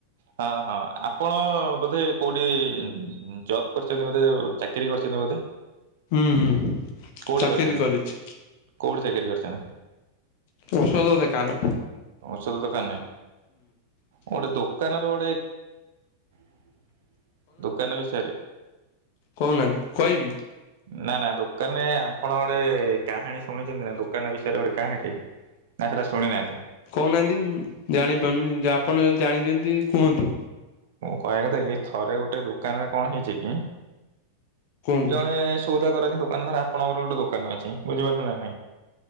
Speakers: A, on the right; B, on the left.
A: ହଁ ହଁ ଆପଣ ବୋଧେ କୋଉଠି ଜବ୍ କରିଛନ୍ତି ବୋଧେ ଚାକିରି କରିଛନ୍ତି ବୋଧେ?
B: ହୁଁ ହୁଁ
A: କୋଉଠି
B: ଚାକିରି
A: କରିଛନ୍ତି
B: କରିଛି
A: କୋଉଠି ଚାକିରି କରିଛନ୍ତି
B: ଔଷଧ ଦେକାନ।
A: ଔଷଧ ଦୋକାନରେ ଗୋଟେ ଦୋକାନରେ ଗୋଟେ <inaudible> ଦୋକାନ ବିଷୟରେ।
B: କହୁନାନ୍ତି କହିବି
A: ନା ନା ଦୋକାନେ ଆପଣ ଗୋଟେ କାହାଣି ଶୁଣିଚନ୍ତି ନା ଦୋକାନ ବିଷୟରେ ଗୋଟେ କାହାଣୀ ଟେ ନା ହେରା ଶୁଣି ନାହାନ୍ତି।
B: କହୁନାହାନ୍ତି ଜାଣିପାରୁନି ଯ ଆପଣ ଯଦି ଜାଣିଚନ୍ତି କୁହନ୍ତୁ?
A: କହିଆ କଥା କି ଥରେ ଗୋଟେ ଦୋକାନରେ କଣ ହେଇଚି କି
B: କୁହନ୍ତୁ
A: ମାନେ ସଉଦା କରନ୍ତି ଦୋକାନ ଧର ଆପଣଙ୍କର ଗୋଟେ ଦୋକାନ ଅଛି, ବୁଝିପାର ନ ନାଇଁ